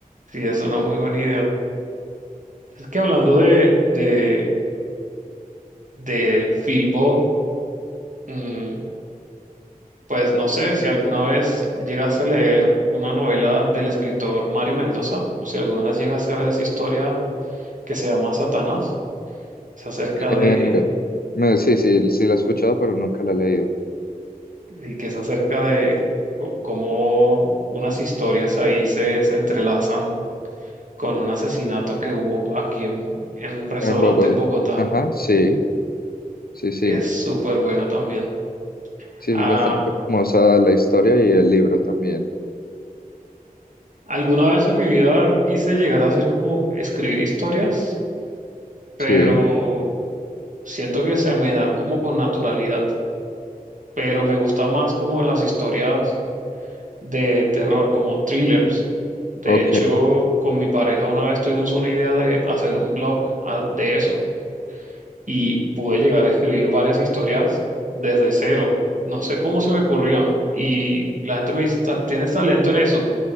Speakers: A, on the right; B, on the left.
A: Sí, es una muy buena idea. Es que hablando de, de, del Filbo, mm, pues no sé si alguna vez llegaste a leer una novela del escritor Mario Mendoza, o si alguna vez llegaste a ver esa historia que se llama Satanás, es acerca
B: Eh,
A: de,
B: no, sí, sí, sí la he escuchado, pero nunca la he leído.
A: y que es acerca de co- cómo unas historias ahí se, se entrelazan con un asesinato que hubo aquí en, en un restaurante
B: Ah, En Bogotá,
A: en Bogotá.
B: ajá, sí, sí, sí.
A: Es súper buena también.
B: Sí,
A: Ah,
B: es bastante famosa la historia y el libro también.
A: alguna vez en mi vida quise llegar a hacer como escribir historias, pero
B: Sí,
A: siento que se me da como con naturalidad. Pero me gusta más como las historias de terror, como thrillers. De
B: ok.
A: hecho, con mi pareja una vez tuvimos una idea de hacer un blog ah, de eso y pude llegar a escribir varias historias desde cero. No sé cómo se me ocurrieron y la gente me dice, "Ta- ¿tienes talento en eso?